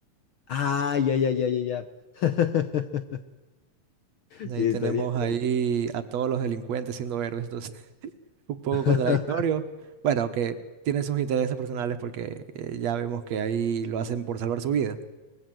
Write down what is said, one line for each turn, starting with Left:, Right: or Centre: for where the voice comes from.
Left: Ah, ya, ya, ya, ya, ya. <laughs>
Right: Ahí
Left: Sí,
Right: tenemos
Left: estaría
Right: ahí
Left: bueno.
Right: a todos los delincuentes siendo héroes. un poco
Left: <laughs>
Right: contradictorio. Bueno, que tiene sus intereses personales porque eh, ya vemos que ahí lo hacen por salvar su vida.